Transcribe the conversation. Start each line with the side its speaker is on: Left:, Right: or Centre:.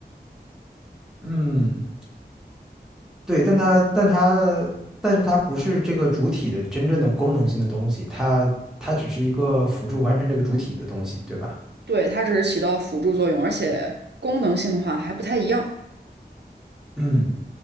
Centre: 嗯对，但它但它但是它不是这个主体的真正的功能性的东西，它它只是一个辅助完成这个主体的东西，对吧？
Right: 对，它只是起到辅助作用，而且功能性的话还不太一样，
Centre: 嗯。